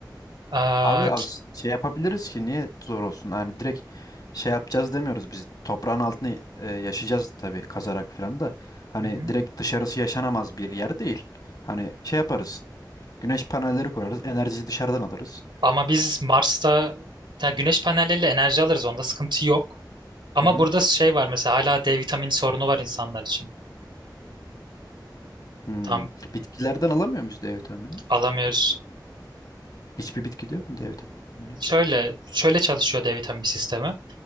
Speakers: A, on the right; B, on the left.
A: Aa,
B: Abi az
A: ki-
B: şey yapabiliriz ki niye zor olsun? Yani direkt şey yapacağız demiyoruz biz. Toprağın altını e, yaşayacağız tabii kazarak falan da. Hani
A: hı hı.
B: direkt dışarısı yaşanamaz bir yer değil. Hani şey yaparız. Güneş panelleri kurarız. Enerjiyi dışarıdan alırız.
A: Ama biz Mars'ta ya güneş panelleriyle enerji alırız onda sıkıntı yok. Ama
B: Hı hı.
A: burada şey var mesela hala D vitamini sorunu var insanlar için.
B: Hmm.
A: Tam
B: Bitkilerden alamıyor muyuz D vitaminini?
A: alamıyoruz.
B: Hiçbir bitkide yok mu D vitamini?
A: Şöyle şöyle çalışıyor D vitamini sistemi.